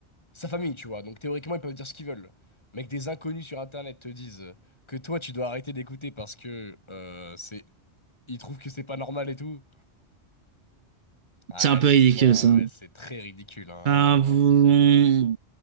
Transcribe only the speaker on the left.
sa famille, tu vois. Donc théoriquement, ils peuvent dire ce qu'ils veulent. Mais que des inconnus sur Internet te disent que toi, tu dois arrêter d'écouter parce que euh, c'est, ils trouvent que c'est pas normal et tout. Ah,
excuse-moi,
mais c'est très ridicule, hein, vraiment.
c'est-